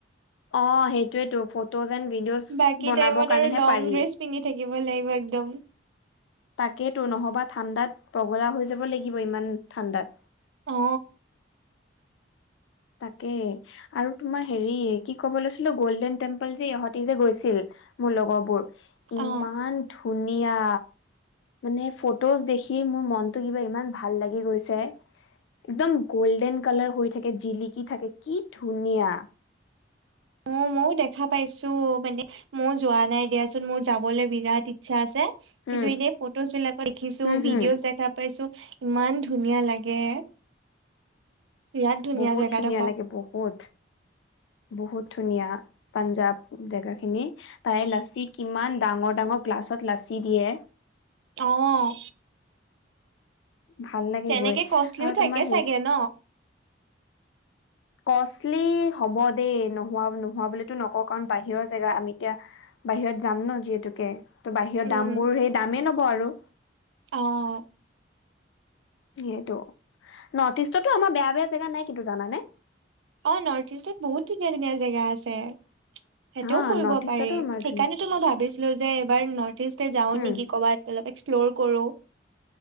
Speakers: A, on the left; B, on the right.
A: অ সেইটোৱেতো ফটোজ এণ্ড ভিডিঅ'জ
B: বাকী
A: বনাবৰ
B: টাইমত
A: কাৰণেহে
B: আৰু লং
A: পাৰি।
B: ড্ৰেছ পিন্ধি থাকিব লাগিব একদম।
A: তাকেইতো নহবা ঠাণ্ডাত পগলা হৈ যাব লাগিব ইমান ঠাণ্ডাত।
B: অ
A: তাকে আৰু তোমাৰ হেৰি কি ক'ব লৈছিলো গল্ডেন টেম্পল যে ইহতি যে গৈছিল। মোৰ লগৰবোৰ, ইমান
B: অ
A: ধুনীয়া! মানে ফটোজ দেখি মোৰ মনতটো কিবা ইমান ভাল লাগি গৈছে। একদম গোল্ডেন কালাৰ হৈ থাকে জিলিকি থাকে কি ধুনীয়া!
B: অ মও দেখা পাইছো মানে ময়ো যোৱা নাই দিয়াচোন মোৰ যাবলে বিৰাট ইচ্ছা আছে।
A: হম
B: কিন্তু এনেই ফটোজ বিলাকত দেখিছো
A: হম
B: ভিডিঅজ
A: হম
B: দেখা পাইছো। ইমান ধুনীয়া লাগে। বিৰাট
A: বহুত
B: জেগাডোখৰ
A: ধুনীয়া লাগে বহুত বহুত। ধুনীয়া পাঞ্জাব জেগা খিনি তাৰে লাচি কিমান ডাঙৰ ডাঙৰ গ্লাছত লাচ্চি দিয়ে।
B: আহ।
A: ভাল লাগে
B: তেনেকে
A: গৈ
B: কষ্টলিও
A: আৰু
B: থাকে
A: তোমাৰ হেৰি
B: চাগে ন?
A: কষ্টলি হ'ব দেই, নোহোৱা নোহোৱা বুলিতো নকওঁ কাৰণ বাহিৰৰ জেগা আমি এতিয়া বাহিৰত যাম ন যিহেতুকে ত বাহিৰত
B: উম
A: দাম বোৰ সেই দামেই লব আৰু।
B: অ'
A: সেইটো নৰ্থ ইষ্টতো আমাৰ বেয়া বেয়া জেগা নাই কিন্তু জানানে
B: অ নৰ্থ ইষ্টত বহুত ধুনীয়া ধুনীয়া জেগা আছে সেইটোও
A: হা
B: ফুৰিব
A: নৰ্থ ইষ্টতো
B: পাৰি
A: আমাৰ
B: সেইকাৰণেতো
A: ধুনীয়া
B: মই ভাবিছিলো যে এইবাৰ নৰ্ট ইষ্ট তে যাও
A: উম
B: নিকি কবাত অলপ এক্সপ্লৰ কৰো